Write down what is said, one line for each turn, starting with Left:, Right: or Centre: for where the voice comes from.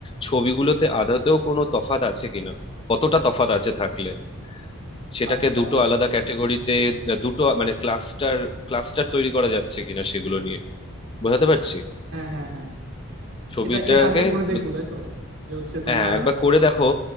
Left: ছবিগুলোতে আদতেও কোনো তফাত আছে কিনা কতটা তফাত আছে থাকলে সেটাকে
Right: আচ্ছা
Left: দুটো আলাদা ক্যাটাগরিতে দুটো মানে ক্লাস্টার ক্লাস্টার তৈরি করা যাচ্ছে কিনা সেগুলো নিয়ে বোঝাতে পারছি
Right: হ্যাঁ হ্যাঁ হ্যাঁ
Left: ছবিটাকে
Right: এটা এটা আগে করে দেখবো
Left: ব-
Right: তাই তো যে হচ্ছে তোমার
Left: হ্যাঁ একবার করে দেখো